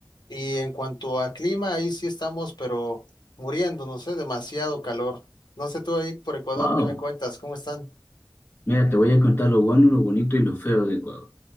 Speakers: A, on the left (about 80°); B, on the left (about 30°).
A: Y en cuanto a clima, ahí sí estamos, pero muriendo, no sé, demasiado calor. No sé tú ahí por Ecuador,
B: Wow.
A: ¿qué me cuentas? ¿Cómo están?
B: Mira, te voy a contar lo bueno, lo bonito y lo feo de Ecuador.